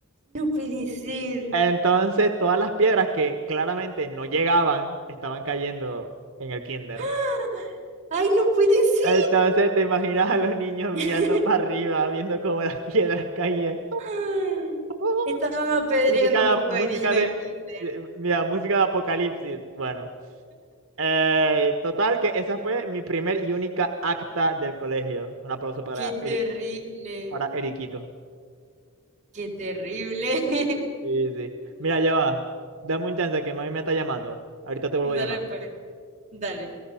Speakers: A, on the right; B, on the right.
A: No puede ser.
B: Entonces, todas las piedras que claramente no llegaban estaban cayendo en el kinder.
A: ¡Ah! Ay, no puede ser.
B: Entonces, te imaginas a los niños
A: <laughs>
B: mirando para arriba, viendo cómo las piedras caían.
A: ¡Ah!
B: <laughs>
A: Estaban apedreando
B: Música
A: un poco
B: de, música
A: de niños de
B: de,
A: kinder.
B: de- mira, música de apocalipsis. Bueno, eh, total que esa fue mi primer y única acta del colegio. Un aplauso para
A: Qué terrible,
B: Eri- para Eriquito.
A: qué terrible.
B: Sí, sí. Mira, ya va. Dame un chance que mami me está llamando. Ahorita
A: <laughs>
B: te vuelvo
A: Dale
B: a llamar.
A: pues, dale.